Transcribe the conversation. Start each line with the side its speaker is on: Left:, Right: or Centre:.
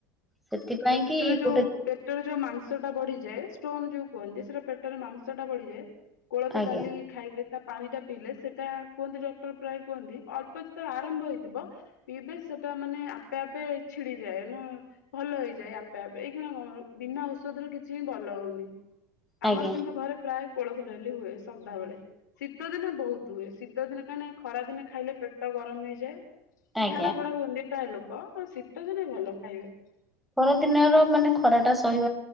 Centre: ସେଥିପାଇଁ
Left: ପେଟରେ
Centre: କି
Left: ଯୋଉ
Centre: ଗୋଟେ
Left: ପେଟରେ ଯୋଉ ମାଂସ ଟା ବଢିଥାଏ ଷ୍ଟୋନ ଯୋଉ କୁହନ୍ତି, ସେଟା ପେଟରେ ମାଂସ ଟା ବଢିଯାଏ କୋଳଥ
Centre: ଆଜ୍ଞା
Left: ଡାଲି ଖାଇଲେ ତା ପାଣି ଟା ପିଇଲେ ସେଟା କୁହନ୍ତି ଡକ୍ଟର ପ୍ରାୟ କୁହନ୍ତି ଅଳ୍ପ ଯେତେବେଳେ ଆରମ୍ଭ ହେଇଥିବ ବେଶ ସେଟା ମାନେ ଆପେ ଆପେ ଛିଡିଯାଏ ନ ଭଲ ହେଇଯାଏ, ଆପେ ଆପେ ଏଇ କ ବିନା ଔଷଧରେ କିଛି ହ ଭଲ ହଉନି ଆମର
Centre: ଆଜ୍ଞା
Left: କିନ୍ତୁ ଘରେ ପ୍ରାୟ କୋଳଥ ଡାଲି ହୁଏ ସଦାବେଳେ ଶୀତ ଦିନ ବହୁତ ହୁଏ, ଶୀତ ଦିନ କାହିଁକି ଖରା ଦିନ ଖାଇଲେ ପେଟ ଗରମ ହେଇଯାଏ,
Centre: ଆଜ୍ଞା
Left: ଝାଡାଫାଡା ହୁଅନ୍ତି ପ୍ରାୟ ଲୋକ, ଆଉ ଶୀତଦିନେ ଭଲ ଖାଇବେ।
Centre: ଖରାଦିନ ର ମାନେ ଖରାଟା ସହି